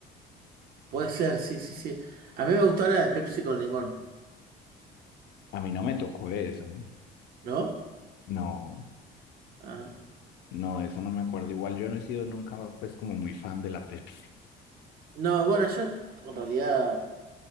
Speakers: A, on the right; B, on the left.
A: Puede ser, sí, sí, sí. A mí me gustó la de Pepsi con limón,
B: A mí no me tocó eso.
A: ¿no?
B: No,
A: Ah.
B: no, eso no me acuerdo. Igual yo no he sido nunca, pues, como muy fan de la Pepsi.
A: No, bueno, yo en realidad